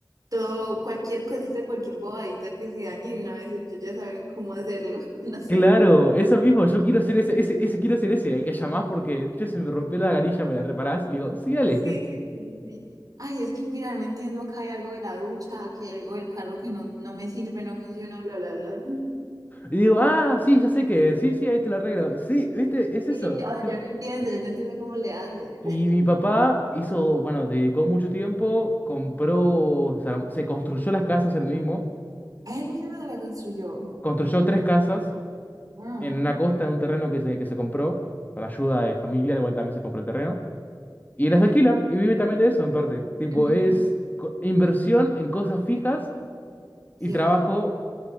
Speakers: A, on the right; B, on the left.
A: todo, cualquier cosita, cualquier bobadita que se dañe y una vez ellos ya saben cómo hacerlo, <laughs> no sé.
B: Claro, eso mismo, yo quiero ser ese, ese, ese, quiero ser ese, el que llamás porque, che, se me rompió la garilla, ¿me la reparás? Le digo, sí, dale.
A: Sí, sí, sí,
B: <laughs>
A: sí. sí. Ay, es que mirar, no entiendo, acá hay algo de la ducha, aquí hay algo del carro que no, no me sirve, no funciona, bla, bla, bla.
B: Y digo, ah, sí, ya sé que, sí, sí, ahí te la arreglo. Sí, viste, es
A: Sí,
B: eso.
A: ya-
B: Yo-
A: yo no entiendo, yo no entiendo cómo le hace.
B: Y
A: <laughs>
B: mi papá hizo, bueno, dedicó mucho tiempo, compró, o sea, se construyó las casas él mismo,
A: Él mismo se la construyó.
B: construyó tres casas
A: Ah,
B: en una costa, en un terreno que se, que se compró, con ayuda de familia, igual también se compró el terreno, y les alquila, y vive también de eso en parte. Tipo,
A: <clears throat>
B: es co- inversión en cosas fijas
A: sí.
B: y trabajo